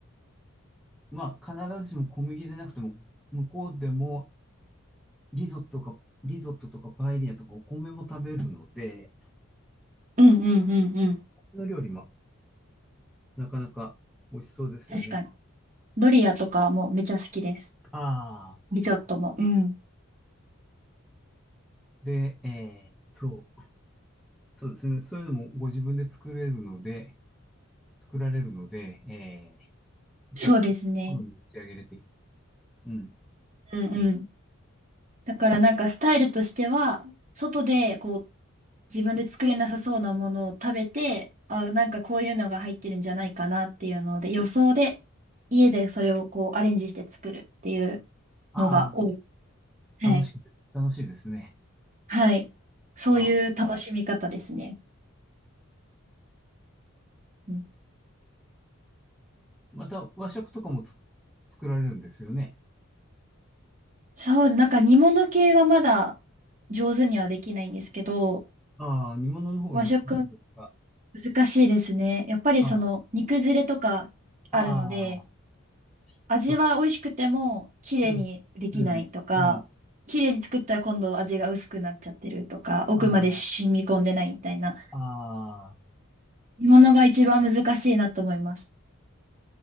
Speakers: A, in the centre; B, on the right.
A: まあ必ずしも小麦でなくても、向こうでもリゾットか、リゾットとかパエリアとかお米も食べるので、
B: うんうんうんうん。
A: の料理もなかなか美味しそうですよね。
B: 確かに。ドリアとかもめちゃ好きです。
A: ああ、
B: リゾットも。うん。
A: で、えーっと、そうですね。そういうのもご自分で作れるので、作られるので、えーやっぱり、
B: そうですね。
A: 好みに仕上げれて、うん。
B: うんうん。だからなんかスタイルとしては、外でこう自分で作れなさそうなものを食べて、あ、なんかこういうのが入ってるんじゃないかなっていうので、予想で家でそれをこうアレンジして作るっていう
A: あ
B: のが多い。はい。
A: あ、楽しい、楽しいですね。
B: はい。そういう楽しみ方ですね。
A: ああ、
B: うん、
A: また和食とかもつ作られるんですよね。
B: そう、なんか煮物系はまだ上手にはできないんですけど、
A: ああ、煮物の方が難しいですか。
B: 和食難しいですね。やっぱりその煮崩れとかあるので、
A: ああ、ああ、
B: 味は美味しくても、
A: そう。
B: 綺麗にできないとか、
A: うん、うん、うん。
B: 綺麗に作ったら今度味が薄くなっちゃってるとか、奥まで染み込んでないみたいな、
A: ああ、ああ。
B: 煮物が一番難しいなと思います。